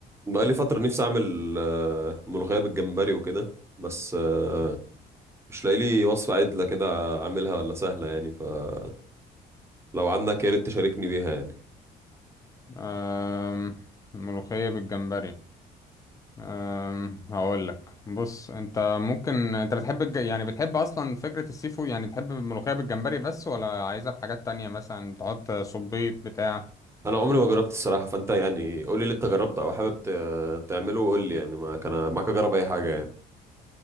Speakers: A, on the right (about 15°); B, on the left (about 20°).
A: بقالي فترة نفسي أعمل آه، ملوخية بالجمبري وكده بس آه، مش لاقي لي وصفة عدلة كده أعملها ولا سهلة يعني فلو عندك يا ريت تشاركني بيها يعني
B: أم... ملوخية بالجمبري أم... هقول لك بص انت ممكن انت بتحب الج... يعني بتحب اصلا فكرة السي فود يعني تحب الملوخية بالجمبري بس ولا عايزها بحاجات تانية مثلا تحط صبيط بتاع
A: أنا عمري ما جربت الصراحة فأنت يعني قول لي اللي أنت جربته أو حابب ت- تعمله وقول لي يعني ما كان معاك أجرب أي حاجة يعني